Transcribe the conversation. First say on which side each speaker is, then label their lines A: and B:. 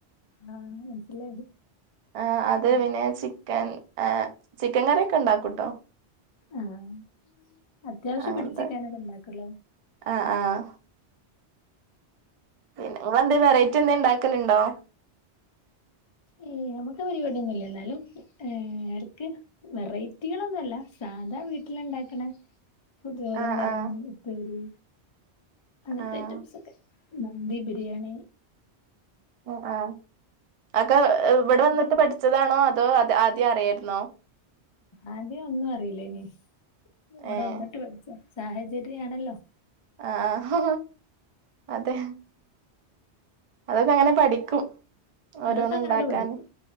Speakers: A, on the left; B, on the right.
A: ആഹ് മനസ്സിലായി
B: ആ അത്
A: ഉം.
B: പിന്നെ ചിക്കൻ ആ ചിക്കൻ കറിയോക്കെ ഉണ്ടാക്കൂട്ടോ
A: ആഹ് അത്യാവശ്യം
B: അങ്ങനത്തെ
A: പിടിച്ചിക്കാനക്കെ ഇണ്ടാക്കു ല്ലേ
B: ആഹ് ആഹ് പിന്നെ ങ്ങൾന്തെ വെറൈറ്റി എന്തെ ണ്ടാക്കലുണ്ടോ
A: ഏ നമുക്ക് പരിപാടിയൊന്നുംല്ല എന്നാലും എടക്ക് വെറൈറ്റികളൊന്നുവല്ല സാധാ വീട്ടില ണ്ടാക്കണ പുതിയോറും
B: ആഹ്
A: കറിം
B: ആഹ്
A: ഉപ്പേരി അങ്ങനത്തെ
B: ആഹ്
A: ഐറ്റംസ് ഒക്കെ മന്ദി ബിരിയാണി
B: ആ ആ അക്കെ
A: ഇല്ലല്ല
B: ഇവിടെ വന്നിട്ട് പഠിച്ചതാണോ അതോ അത് ആദ്യം അറിയായിരുന്നോ
A: ആദ്യം ഒന്നും അറിയിലയിനി ഇവിടെ
B: ഏഹ്
A: വന്നിട്ട് പഠിച്ച സാഹചര്യണല്ലോ
B: ആഹ അതെ അതൊക്കെ അങ്ങനെ പഠിക്കും ഓരോന്ന്
A: അതൊക്കെ അങ്ങനെണ്ട്
B: ഉണ്ടാക്കാന്
A: പഠിക്കും